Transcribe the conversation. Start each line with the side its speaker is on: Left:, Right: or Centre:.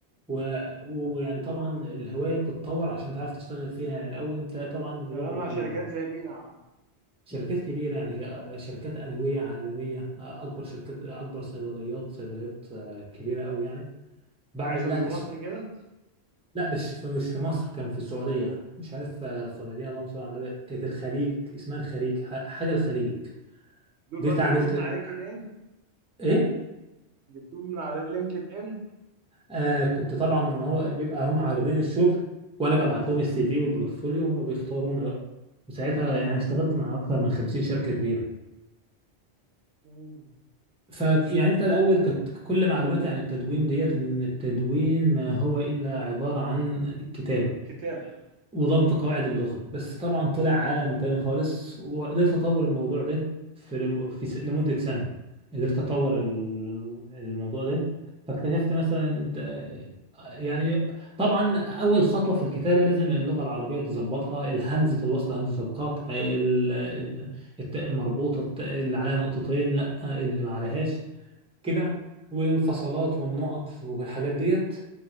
Centre: و- ويعني طبعا الهوايه بتتطور عشان تعرف تشتغل فيها يعني الاول انت طبعا الو-
Right: شغال
Centre: ال-
Right: مع شركات زي مينا
Centre: شركات كبيره يعني آه، شركات ادويه عالميه آه، اكبر شركات اكبر صيدليات صيدليات آه، كبيره قوي يعني بعمل
Right: العزبي
Centre: لها تسويق
Right: ومصر كده
Centre: لا مش في مش في مصر كان في السعودية مش عارف آه، السعودية اللهم صل على النبي كانت الخليج اسمها الخليج ح- حاجة الخليج
Right: دول
Centre: دي
Right: برضو
Centre: اتعاملت
Right: جبتهم من على لينكد ان
Centre: ايه
Right: جبتهم من على لينكد ان
Centre: آه كنت طبعا هو بيبقى هم عارضين الشغل وانا ببعت لهم السي في والبورتفوليو وهم بيختارونا بقى وساعتها يعني اشتغلت مع اكتر من 50 شركة كبيرة
Right: مم.
Centre: فيعني انت الاول كانت كل معلوماتي عن التدوين ديت ان التدوين ما هو الا عبارة عن كتابة
Right: كتاب
Centre: وضبط قواعد اللغة بس طبعا طلع عالم تاني خالص وقدرت أطور الموضوع ده في, لم- في س- لمدة سنة قدرت أطور ال- الموضوع ده فاكتشفت مثلا ت- يعني طبعا أول خطوة في الكتابة لازم اللغة العربية تظبطها الهمزة الوصل همزة القطع ال- ال- التاء المربوطة التاء اللي عليها نقطتين لا اللي ما عليهاش كده والفصلات والنقط والحاجات ديت